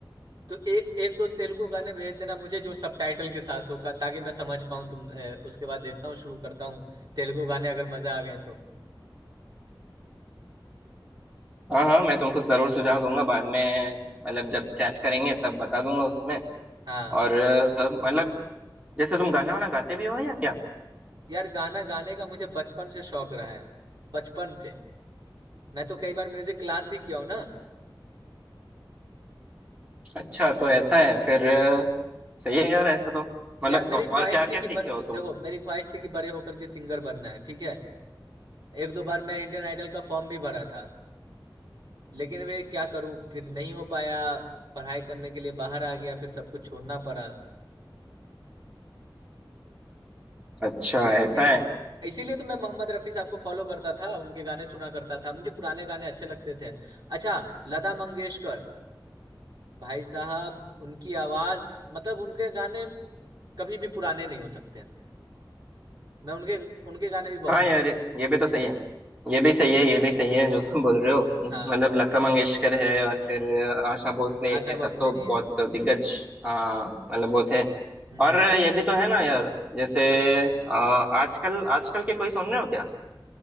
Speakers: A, on the right; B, on the right.
A: तो एक एक दो तेलुगु गाने भेज देना मुझे जो सबटाइटल के साथ होगा ताकि मैं समझ पाऊँ तुम अ, उसके बाद देखता हूँ शुरू करता हूँ तेलुगु गाने अगर मजा आ गए तो
B: हाँ हाँ मैं तुमको जरूर सुझाव दूंगा बाद में मतलब जब चैट करेंगे तब बता दूंगा उसमें
A: हाँ
B: और अ, मतलब जैसे तुम गाना वाना गाते भी हो या क्या
A: यार गाना गाने का मुझे बचपन से शौक रहा है बचपन से मैं तो कई बार म्यूजिक क्लास भी किया हूँ ना
B: अच्छा तो ऐसा है फिर अ, सही है यार ऐसा तो
A: यार
B: मतलब
A: मेरी ख्वाहिश
B: और क्या क्या
A: थी कि
B: सीखे
A: ब...
B: हो तुम
A: देखो मेरी ख्वाहिश थी कि बड़े होकर के सिंगर बनना है ठीक है एक दो बार मैं इंडियन आइडल का फॉर्म भी भरा था लेकिन वे क्या करूँ फिर नहीं हो पाया पढ़ाई करने के लिए बाहर आ गया फिर सब कुछ छोड़ना पड़ा
B: अच्छा ऐसा
A: इसी
B: है
A: इसीलिए तो मैं मोहम्मद रफी साहब को फॉलो करता था उनके गाने सुना करता था मुझे पुराने गाने अच्छे लगते थे अच्छा लता मंगेशकर भाई साहब उनकी आवाज मतलब उनके गाने कभी भी पुराने नहीं हो सकते मैं उनके उनके गाने भी बहुत
B: हाँ
A: सुनता
B: यार ये भी तो सही है ये भी सही है ये भी सही है जो तुम बोल रहे हो
A: हाँ
B: मतलब लता मंगेशकर है और फिर आशा भोसले
A: आशा
B: ये सब
A: भोसले
B: तो
A: जी
B: बहुत
A: हैं
B: दिग्गज हाँ मतलब बहुत है
A: हम्म
B: और ये भी तो है ना यार जैसे अ, आजकल आजकल के कोई सुन रहे हो क्या